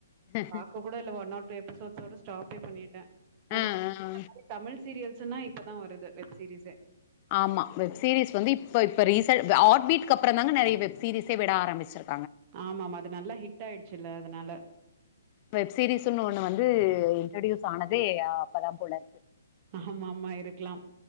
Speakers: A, on the left; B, on the right.
A: ஹஹ
B: இப்ப கூட இல்ல ஒன் ஆர் டூ எபிசோட் ஸ்டாப்பே பண்ணிட்டே அத்
A: ஆ ஆ ஆ
B: மாதிர தமிழ் சீரியல்ஸ்ன்னா இப்பதா வருது வெப் சீரிஸ்ஸே
A: ஆமா வெப்சீரிஸ் வந்து இப்ப இப்ப ரீசல் ஹாட்பீட் அப்ற தாங்க நறைய வெப்சீரீஸ்ஸே விட ஆரம்பிச்சிருக்கு
B: ஆமமா அது நல்லா ஹிட் ஆயிடுச்சுல்ல அதனால
A: வெப்சீரிஸ்ன்னு ஒண்ணு வந்து இன்ட்ரடியூஸ் ஆனதே அப்பதா போல
B: ஆமா ஆமா இருக்கலாம்